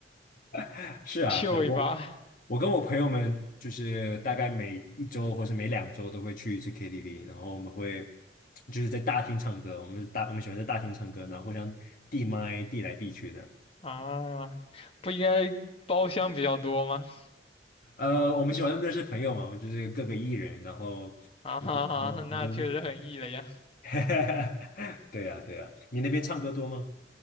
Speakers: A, on the left; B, on the left.
A: <laughs> 是啊是啊，
B: <laughs> 秀一把
A: 我。我跟我朋友们就是大概每一周或是每两周都会去一次 KTV，然后我们会就是在大厅唱歌，我们是大我们喜欢在大厅唱歌，然后互相递麦递来递去的。
B: 啊！不应该包厢比较多吗？
A: 呃，我们喜欢认识朋友嘛，就是各个艺人，然后也就有的，
B: 啊哈哈，那确实很
A: 有的
B: E 了呀。
A: <laughs> 对呀对呀，你那边唱歌多吗？